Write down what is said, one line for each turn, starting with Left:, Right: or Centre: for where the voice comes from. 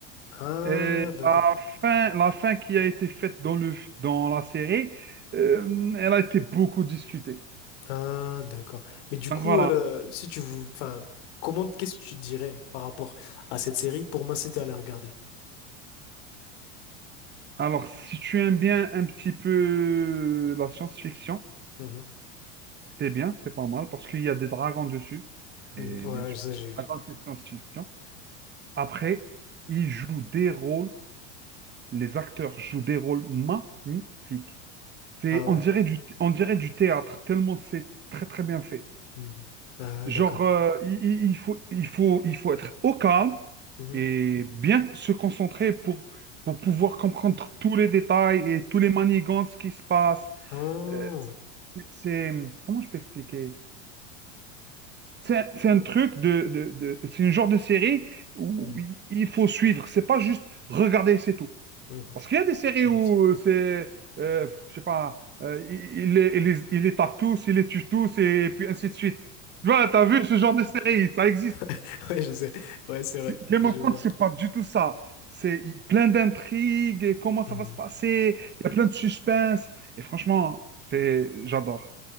Left: Ah,
Right: Et
Left: d'accord.
Right: la fin, la fin qui a été faite dans le, dans la série, euh, elle a été beaucoup discutée.
Left: Ah, d'accord. Mais du
Right: Donc
Left: coup,
Right: voilà.
Left: euh, si tu vous, enfin, comment, qu'est-ce que tu dirais par rapport à cette série pour m'inciter à la regarder?
Right: Alors, si tu aimes bien un petit peu la science-fiction,
Left: Mhm,
Right: c'est bien, c'est pas mal, parce qu'il y a des dragons dessus. Et
Left: mhm. Ouais,
Right: bien sûr,
Left: ça j'ai vu.
Right: dragons, c'est science-fiction. Après, ils jouent des rôles, les acteurs jouent des rôles magnifiques. C'est,
Left: Ah
Right: on
Left: ouais.
Right: dirait du, on dirait du théâtre, tellement c'est très très bien fait.
Left: Mhm. Ah,
Right: Genre,
Left: d'accord.
Right: euh, il, il- faut, il faut, il faut être au calme
Left: Mhm.
Right: et bien se concentrer pour, pour pouvoir comprendre tous les détails et tous les manigances qui se passent.
Left: Ah.
Right: Euh, c'est, comment je peux expliquer? C'est c'est un truc de, de, de- c'est une genre de série où
Left: Mhm,
Right: il il faut suivre. C'est pas juste regarder, c'est tout.
Left: mhm.
Right: Parce qu'il y a des séries
Left: Effectivement.
Right: où euh, c'est, euh, je sais pas, euh, il, il les, il les il les tape tous, il les tue tous et puis ainsi de suite. Tu vois, t'as vu ce genre de série, ça existe.
Left: <laughs> Ouais, je sais. Ouais, c'est vrai.
Right: Game
Left: Je
Right: of
Left: vois.
Right: Thrones, c'est pas du tout ça. C'est plein d'intrigues, et comment
Left: Mhm,
Right: ça va se passer, il y a plein de suspense. Et franchement, c'est- j'adore.